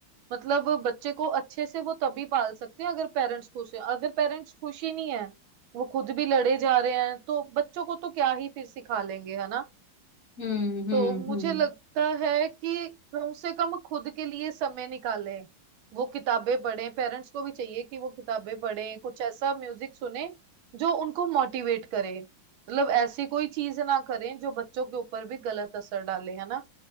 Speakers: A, on the right; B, on the left.
A: मतलब बच्चे को अच्छे से वो तभी पाल सकते हैं अगर पेरेंट्स खुश हैं अगर पेरेंट्स खुश ही नहीं है वो खुद भी लड़े जा रहे हैं तो बच्चों को तो क्या ही फिर सिखा लेंगे है ना
B: हम्म हम्म
A: तो मुझे
B: हम्म
A: लगता है कि कम से कम खुद के लिए समय निकालें वो किताबें पढ़ें पेरेंट्स को भी चाहिए कि वो किताबें पढ़ें कुछ ऐसा म्यूजिक सुने जो उनको मोटिवेट करे मतलब ऐसी कोई चीज ना करें जो बच्चों के ऊपर भी गलत असर डाले है ना